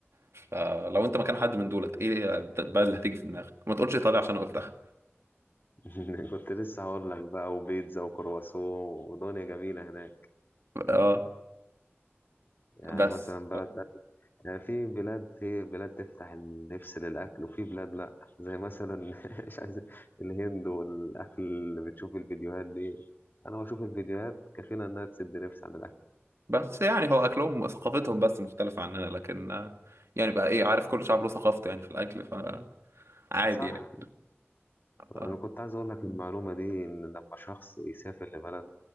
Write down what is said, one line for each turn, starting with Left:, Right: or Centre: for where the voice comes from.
Right: فلو أنت مكان حد من دولت إيه البلد اللي هتيجي في دماغك ما تقولش إيطاليا عشان أنا قلتها
Left: <laughs> كنت لسه هقول لك بقى وبيتزا وكرواسون ودنيا جميلة هناك
Right: <laughs> آه
Left: يعني
Right: بس
Left: مثلا بلد يعني في بلاد في بلاد تفتح النفس للأكل وفي بلاد لأ زي مثلا <laughs> مش عايز الهند والأكل اللي بتشوف الفيديوهات دي أنا بشوف الفيديوهات كفيلة إنها تسد نفس عن الأكل
Right: بس يعني هو أكلهم ثقافتهم بس مختلفة عننا لكن آه، يعني بقى إيه عارف كل شعب له ثقافته يعني في الأكل فعادي
Left: صح
Right: يعني آه
Left: أنا كنت عايز أقول لك المعلومة دي إن لما شخص يسافر لبلد